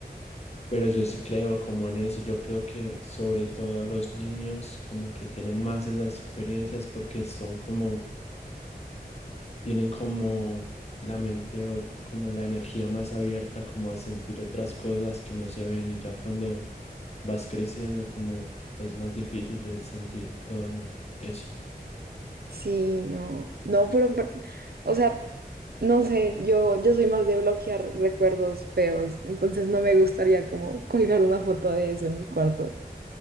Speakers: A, on the left (about 40°); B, on the right (about 70°).
A: Pero yo sí creo como en eso, yo creo que sobre todo los niños como que tienen más de esas experiencias porque son como, tienen como la mente o como la energía más abierta como a sentir otras cosas que no se ven y ya cuando vas creciendo como es más difícil de sentir todo eso.
B: sí, no, no, pero, pero, o sea, no sé, yo, yo soy más de bloquear recuerdos feos, entonces no me gustaría como colgar una foto de eso en mi cuarto.